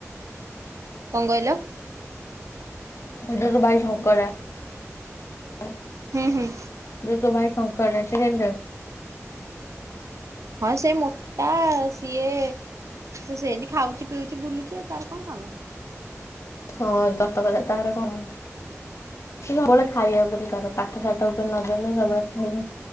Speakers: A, on the right; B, on the left.
A: କଣ କହିଲ?
B: ମୋଟା ତ ଭାଇ ଶଙ୍କରା। ହୁଁ
A: ହୁଁ ହୁଁ।
B: ତୁ ଭାଇ କଙ୍କଡ଼ା ନା ସେ <unintelligible>
A: ହଁ ସେ ମୋଟା ସିଏ ସେ ସେମିତି ଖାଉଛି ପିଉଛି ବୁଲୁଛି ଆଉ ତାର କଣ କାମ।
B: ହଁ ଦତ କଥା ତାର କଣ ହେଇଛି? ସେ ସବୁବେଳେ ଖାଇବା ଉପରେ ତାର ପାଠସାଠ ଉପରେ ନଜର ନାହିଁ ସବୁବେଳେ ଖାଇବା